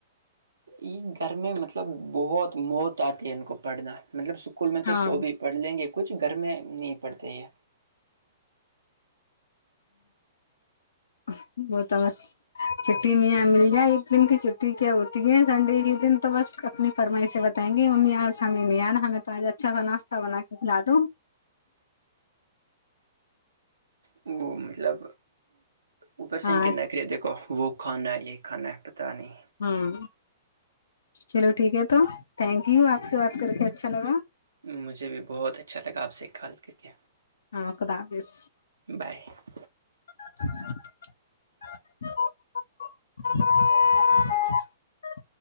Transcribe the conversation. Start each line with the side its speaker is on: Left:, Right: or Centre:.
Right: یہ گھر میں مطلب بہت موت آتی ہے ان کو پڑھنا مطلب اسکول میں
Left: ہاں
Right: تو بھی پڑھ لیں گے کچھ گھر میں نہیں پڑتے ہے
Left: ہ وہ تو بس چھٹی میں یہ مل جائے ایک دن کی چٹی کیا ہوتی ہے سنڈے کے دن تو بس اپنی فرمائی سے بتائیں گے ممی آس ہمیں نہیں آنا ہمیں تو آ جاتا اچھاا ناشہ بنا کے کھلا د
Right: وہ مطلب اوپر سے
Left: ہاں
Right: ان کے ن کرریت دیکھو وہ کھانا ہے یہ کھانا ہے پتا نہیں
Left: ہاں چلو ٹھیک ہے تو تھینک یو آپ سے بات کر کے اچھا لگا
Right: مجھے بھی بہت اچھا لگا آپ سے کال کر کے
Left: ہاں خدا حافظ
Right: بائے
Left: <unintelligible>